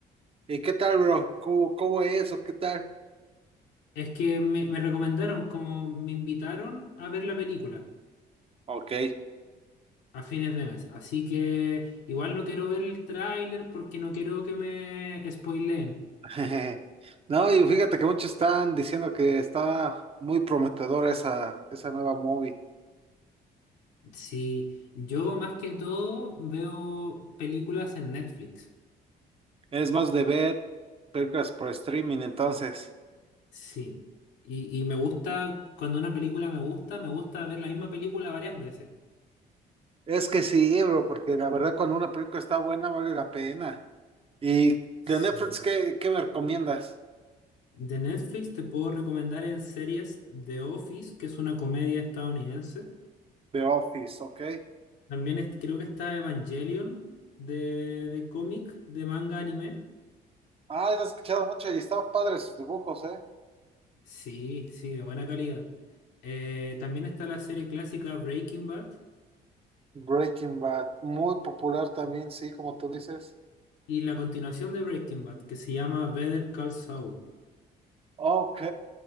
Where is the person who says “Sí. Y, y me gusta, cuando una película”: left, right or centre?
Left